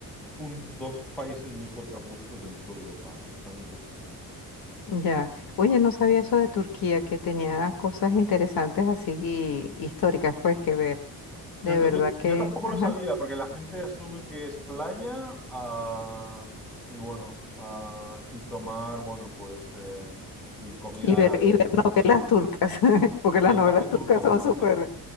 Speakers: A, in the centre; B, on the left.
A: pun- dos países muy contrapuestos dentro de Europa, España y Turquía.
B: ya. Oye, no sabía eso de Turquía, que tenía cosas interesantes así y- históricas, pues, que ver. De
A: Yo, t-
B: verdad
A: yo- yo
B: que,
A: tampoco
B: ajá.
A: lo sabía, porque la gente asume que es playa ah, y bueno, ah, y tomar, bueno, pues, eh, y comida
B: Y ver,
A: árabe,
B: y ver novelas
A: así,
B: turcas, <laughs> porque las
A: y el
B: novelas
A: café turco,
B: turcas son
A: y el
B: súper,
A: café,